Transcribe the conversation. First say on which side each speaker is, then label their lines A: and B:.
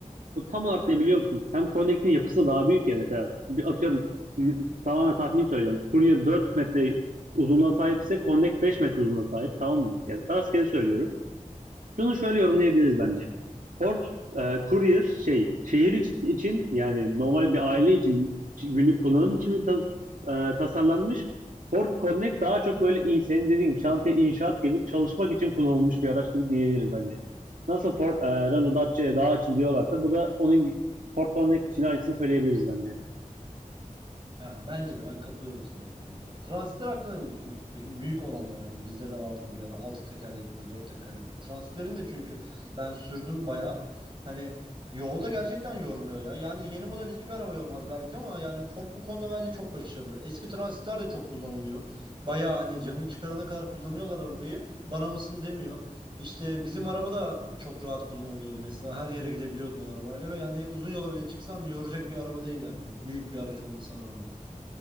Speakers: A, on the right; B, on the right.
A: Bu tam olarak ne biliyor musun? Hem Connect'in yapısı daha büyük ya mesela. Bir atıyorum m- tamamen tahmin söyleyeceğim. Courier 4 metre uzunluğa sahipse Connect 5 metre uzunluğa sahip. Tamam mı? Yani rastgele söylüyorum. Şunu şöyle yorumlayabiliriz bence. Port, e, courier şey, şehir iç- için yani normal bir aile için günlük kullanım için mi ta- e, tasarlanmış? Port Connect daha çok böyle in- senin dediğin şantiye inşaat gibi çalışmak için kullanılmış bir araç gibi diyebiliriz bence. Nasıl Ford, e, Renault Dacia'ya daha için diyorlarsa bu da onun Ford Connect için aynısını söyleyebiliriz bence.
B: Ha, bence de ben katılıyorum sana bu konuda. Transitler hakkında ne düşünüyorsun peki? Büyük olanlar hani bizde de vardı bir ara 6 tekerlekli, 4 tekerlekli. Transitlerin de çünkü ben sürdüm bayağı. Hani yolda gerçekten yormuyor ya. Yani yeni model hiçbir araba yormaz belki ama yani Ford bu konuda bence çok başarılı. Eski transitler de çok kullanılıyor. Bayağı hani canını çıkarana kadar kullanıyorlar arabayı. Bana mısın demiyor. İşte bizim araba da çok rahat kullanılıyordu mesela. Her yere gidebiliyordun o arabayla ve yani uzun yola bile çıksan yoracak bir araba değil yani. Büyük bir araç olmasına rağmen.